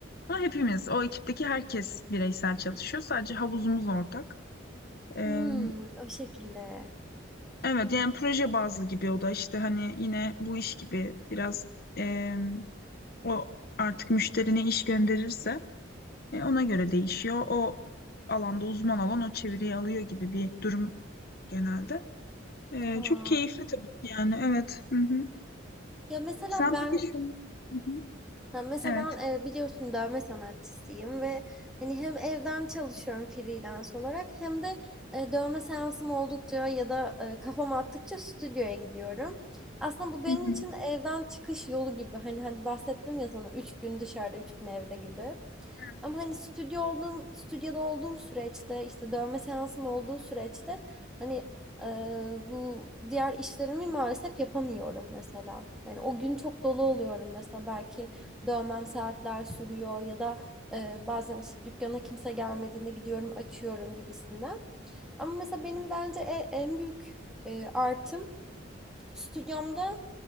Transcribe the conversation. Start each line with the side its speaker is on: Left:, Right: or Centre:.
Left: Ama hepimiz o ekipteki herkes bireysel çalışıyor. Sadece havuzumuz ortak. Ee,
Centre: Hmm, o şekilde.
Left: evet yani proje bazlı gibi o da işte hani yine bu iş gibi biraz em, o artık müşterine iş gönderirse E, ona göre değişiyor. O alanda uzman olan o çeviriyi alıyor gibi bir durum genelde. E,
Centre: Aa.
Left: çok keyifli tabii ki yani evet. Hı hı.
Centre: Ya mesela
Left: Sen
Centre: ben
Left: peki şu... Hı hı.
Centre: ha mesela
Left: Evet.
Centre: ben e, biliyorsun dövme sanatçısıyım ve hani hem evden çalışıyorum freelance olarak hem de e, dövme seansım oldukça ya da e, kafam attıkça stüdyoya gidiyorum. Aslında bu benim
Left: Hı hı.
Centre: için evden çıkış yolu gibi. Hani hadi bahsettim ya sana 3 gün dışarıda 3 gün evde gibi.
Left: Evet.
Centre: Ama hani stüdyo olduğum, stüdyoda olduğum süreçte işte dövme seansım olduğu süreçte hani e, bu diğer işlerimi maalesef yapamıyorum mesela. Yani o gün çok dolu oluyorum mesela belki dövmem saatler sürüyor ya da e, bazen işte dükkana kimse gelmediğinde gidiyorum açıyorum gibisinden. Ama mesela benim bence e- en büyük e, artım stüdyomda